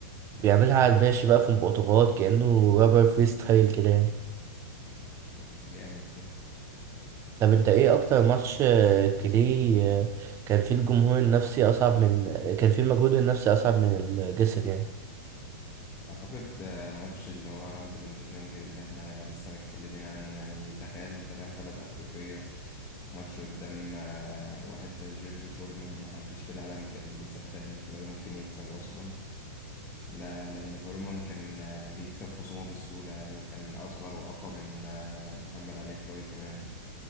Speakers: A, on the right (about 30°); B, on the left (about 25°).
A: بيعملها على الماشي بقى في مؤتمرات كأنه رابر فري ستايل كده يعني
B: جامد ده
A: طب انت ايه اكتر ماتش آه، كلي آه، كان فيه الجمهور النفسي اصعب من آه، كان فيه المجهود النفسي اصعب من الجسد يعني
B: اعتقد آه، ماتش اللي هو رامبل ان ذا جانجل اللي احنا لسه متكلمين عنه يعني تخيل انت رايح بلد افريقية ماتش قدام آه، واحد زي جورج فورمان ما حدش في العالم كان بيصدق ان كلاي ممكن يكسب اصلا لا لان فورمان كان آه، بيكسب خصومه بسهولة يعني وكان اصغر واقوى من آه، محمد علي كلاي كمان